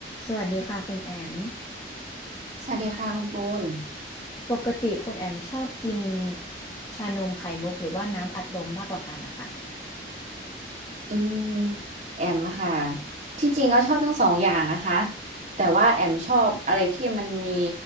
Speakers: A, on the left; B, on the right.
A: สวัสดีค่ะคุณแอม
B: สวัสดีค่ะคุณปูน
A: ปกติคุณแอมชอบกินชานมไข่มุกหรือว่าน้ำอัดลมมากกว่ากันนะคะ
B: อืมแอมค่ะที่จริงก็ชอบทั้งสองอย่างนะคะแต่ว่าแอมชอบอะไรที่มันมี